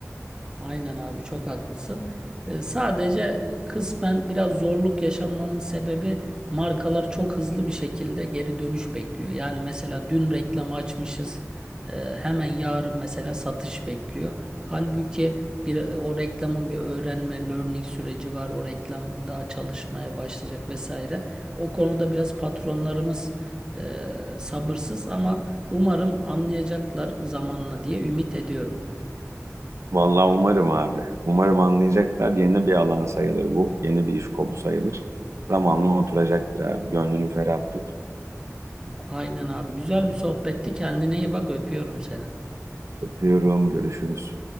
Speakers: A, on the right (about 15°); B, on the right (about 60°).
A: Aynen abi çok haklısın. Ee, sadece kısmen biraz zorluk yaşamamın sebebi markalar çok hızlı bir şekilde geri dönüş bekliyor. Yani mesela dün reklamı açmışız. e, hemen yarın mesela satış bekliyor. Halbuki bir o reklamın bir öğrenme, learning süreci var. O reklam daha çalışmaya başlayacak vesaire. O konuda biraz patronlarımız e, sabırsız ama umarım anlayacaklar zamanla diye ümit ediyorum.
B: Vallahi umarım abi. Umarım anlayacaklar. Yeni bir alan sayılır bu. Yeni bir iş kolu sayılır. Zamanla oturacaktır abi. Gönlünü ferah tut.
A: Aynen abi. Güzel bir sohbetti. Kendine iyi bak. Öpüyorum seni.
B: Öpüyorum. Görüşürüz.